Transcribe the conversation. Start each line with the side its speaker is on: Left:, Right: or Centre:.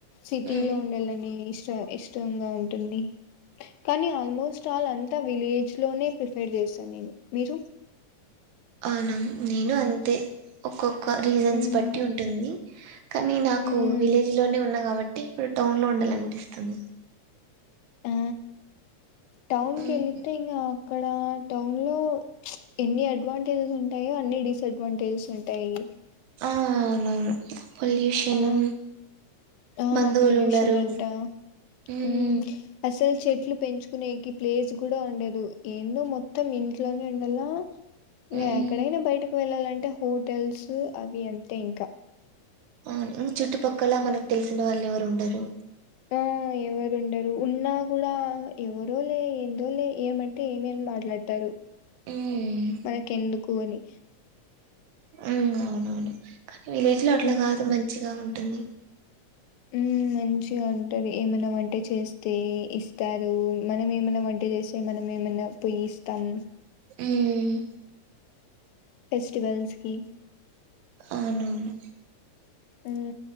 Left: సిటీ
Right: ఉమ్
Left: లో ఉండాలని ఇష్ చ ఇష్టంగా ఉంటుంది కానీ ఆల్మోస్ట్ ఆల్ అంతా విలేజ్ లోనే ప్రిఫెర్ చేస్త నేను మీరు
Right: అవునా నేను అంతే ఒక్కోక్ క రీజన్స్
Left: మ్మ్
Right: బట్టి ఉంటుంది కానీ నాకు
Left: మ్మ్
Right: విలేజ్ లోనే ఉన్నా కాబట్టి ఇప్పుడు టౌన్ లో ఉండాలనిపిస్తుంది
Left: ఆ టౌన్
Right: ఉమ్
Left: కెళితే ఇంగా ఇక్కడ టౌన్ లో ఎన్ని అడ్వాంటేజెస్ ఉంటాయో అన్ని డిస్ అడ్వాంటేజెస్ ఉంటాయి
Right: ఆ అవునవును పొల్యూషను
Left: ఆ ఆ
Right: బంధువులుండరు
Left: పొల్యూషన్ అంట
Right: హమ్
Left: మ్మ్ అసలు చెట్లు పెంచుకునే కి ప్లేస్ గుడ ఉండదు ఏందో మొత్తం ఇంట్లోనే ఉండాలా ఇంగ
Right: ఉమ్
Left: ఎక్కడయిన బయటి వెళ్ళాలంటే హోటల్స్ అవి అంతే ఇంకా
Right: అవును ఇం చుట్టుపక్కల మనకు తెలిసిన వాళ్ళెవరుండరు
Left: ఆ ఎవరు ఉండరు ఉన్నా కూడా ఎవరో లే ఏందో లే ఏమంటే ఏమేని మాట్లాడతారు
Right: ఉమ్
Left: మనకెందుకు అని
Right: ఉమ్ అవునవును విలేజ్ లో అట్ల
Left: మ్మ్
Right: కాదు మంచిగా ఉం టుంది
Left: హమ్ మంచిగా ఉంటారు ఏమైనా వంట చేస్తే ఇస్తారు మనం ఏమైనా వంట చేస్ తే మనం ఏమైనా పొయి ఇస్తాం
Right: ఉమ్,
Left: ఫెస్టివల్స్కి
Right: అవునవును
Left: ఉ